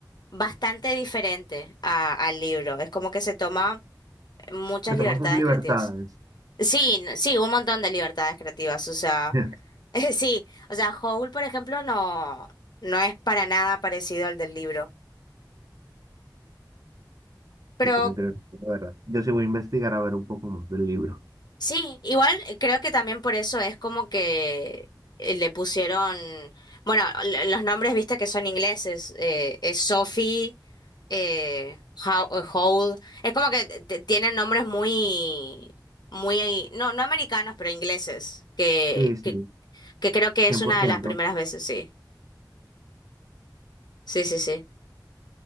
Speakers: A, on the left; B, on the right.
A: bastante diferente a- al libro. Es como que se toma muchas
B: Te toman
A: libertades
B: tus libertades.
A: creativas. Sí, n- sí, un montón de libertades creativas. O sea,
B: <laughs>
A: <laughs> eh, sí, o sea, Howl, por ejemplo, no, no es para nada parecido al del libro. Pero
B: Súper interesante, la verdad. Yo sí voy a investigar a ver un poco más del libro.
A: Sí, igual eh, creo que también por eso es como que eh, le pusieron, bueno, l- los nombres, viste que son ingleses, eh, es Sophie, eh, How- eh, Howell, es como que t- tienen nombres muy, muy, no, no americanos, pero ingleses, que,
B: Sí, sí,
A: que, que creo que
B: 100%.
A: es una de las primeras veces, sí, sí, sí, sí,